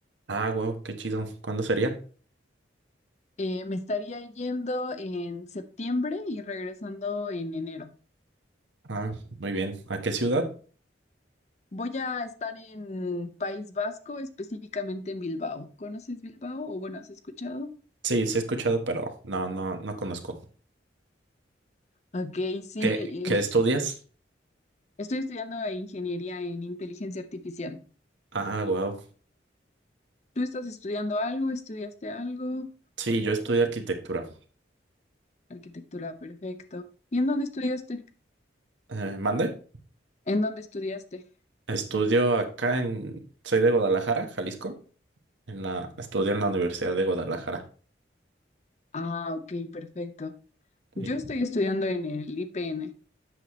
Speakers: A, on the right (about 85°); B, on the left (about 40°).
A: Ah, wow, qué chido. ¿Cuándo sería?
B: Eh, me estaría yendo en septiembre y regresando en enero.
A: Ah, muy bien. ¿A qué ciudad?
B: Voy a estar en País Vasco, específicamente en Bilbao. ¿Conoces Bilbao? O bueno, ¿has escuchado?
A: Sí, sí he escuchado, pero no, no, no conozco.
B: Ok, sí.
A: ¿Qué, qué
B: eh,
A: estudias?
B: estoy estudiando ingeniería en inteligencia artificial.
A: Ah, wow.
B: ¿Tú estás estudiando algo? ¿Estudiaste algo?
A: Sí, yo estudio arquitectura.
B: Arquitectura, perfecto. ¿Y en dónde estudiaste?
A: Eh, ¿mande?
B: ¿En dónde estudiaste?
A: Estudio acá en, soy de Guadalajara, Jalisco. En la, estudio en la Universidad de Guadalajara,
B: Ah, ok, perfecto. Yo
A: y
B: estoy estudiando en el IPN.